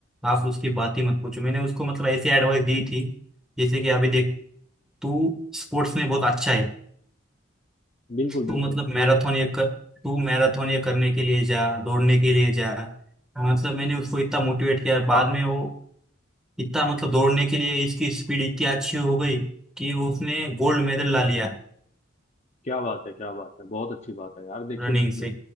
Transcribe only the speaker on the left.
बिल्कुल बिल्कुल
क्या बात है क्या बात है बहुत अच्छी बात है यार देखिए